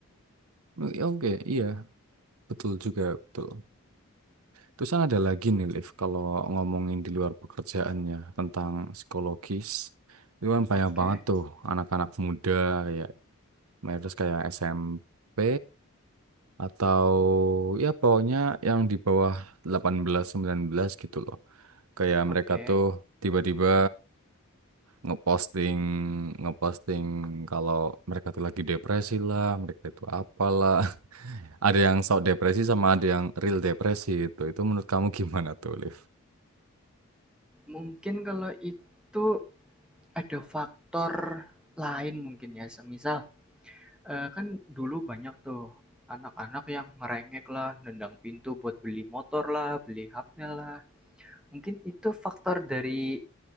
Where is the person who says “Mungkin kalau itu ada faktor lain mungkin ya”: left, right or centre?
Centre